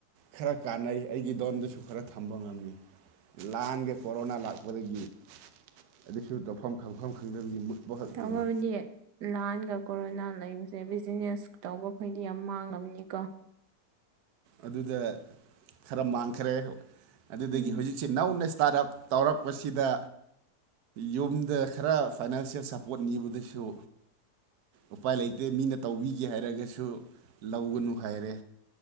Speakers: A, on the right; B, on the right.
A: ꯈꯔ ꯀꯥꯟꯅꯩ ꯑꯩꯒꯤ ꯂꯣꯟꯗꯁꯨ ꯈꯔ ꯊꯝꯕ ꯉꯝꯃꯤ ꯂꯥꯟꯒꯦ ꯀꯣꯔꯣꯅꯥ ꯂꯥꯛꯄꯗꯒꯤ ꯑꯗꯨꯁꯨ ꯇꯧꯐꯝ ꯈꯪꯐꯝ ꯈꯪꯗꯕꯒꯤ ꯈꯛꯇꯅꯤ
B: ꯇꯃꯕꯅꯤ ꯅꯍꯥꯟꯒ ꯀꯣꯔꯣꯅꯥ ꯂꯩꯕꯁꯦ ꯕꯤꯖꯤꯅꯦꯁ ꯇꯧꯕꯈꯩꯗꯤ ꯌꯥꯝ ꯃꯥꯡꯂꯕꯅꯤꯀꯣ
A: ꯑꯗꯨꯗ ꯈꯔ ꯃꯥꯡꯈꯔꯦ ꯑꯗꯨꯗꯒꯤ
B: ꯎꯝ
A: ꯍꯧꯖꯤꯛ ꯁꯤ ꯅꯧꯅ ꯏꯁꯇꯥꯔꯠ ꯑꯞ ꯇꯧꯔꯛꯄꯁꯤꯗ ꯌꯨꯝꯗ ꯈꯔ ꯐꯥꯏꯅꯥꯟꯁꯤꯌꯦꯜ ꯁꯞꯄꯣꯔꯠ ꯅꯤꯕꯗꯁꯨ ꯎꯄꯥꯏ ꯂꯩꯇꯦ ꯃꯤꯅ ꯇꯧꯕꯤꯒꯦ ꯍꯥꯏꯔꯒꯁꯨ ꯂꯧꯒꯅꯨ ꯍꯥꯏꯔꯦ